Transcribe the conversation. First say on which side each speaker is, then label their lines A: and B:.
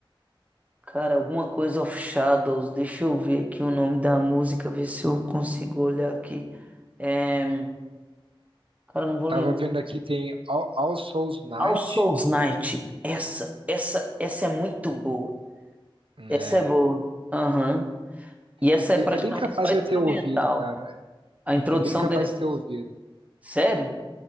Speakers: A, on the right; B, on the right.
A: cara, alguma coisa of Shadows. Deixa eu ver aqui o nome da música, ver se eu consigo olhar aqui. É, cara, não vou
B: Tava
A: lembrar.
B: vendo aqui, tem All, All Souls Night,
A: All Souls Night. Essa, essa, essa é muito boa.
B: né?
A: Essa é boa. Aham. E essa
B: E-
A: é praticamente
B: e- é bem capaz
A: só instrumental.
B: de eu ter ouvido, cara.
A: A introdução
B: É bem capaz
A: deles.
B: de ter ouvido.
A: Sério?